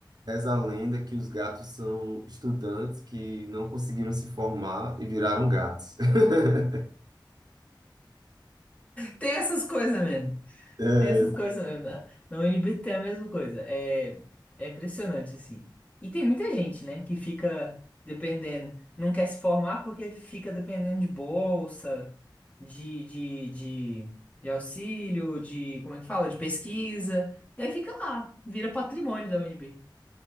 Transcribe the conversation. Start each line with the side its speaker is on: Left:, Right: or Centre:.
Right: Reza a lenda que os gatos são estudantes que não conseguiram se formar e viraram gatos. <laughs>
Left: Tem essas coisas mesmo.
Right: É,
Left: Tem essas coisas mesmo. Na na UNB tem a mesma coisa. É, é impressionante, assim. E tem muita gente, né, que fica dependendo, não quer se formar porque fica dependendo de bolsa, de, de, de, de auxílio, de, como é que fala? De pesquisa. E aí fica lá, vira patrimônio da UNB.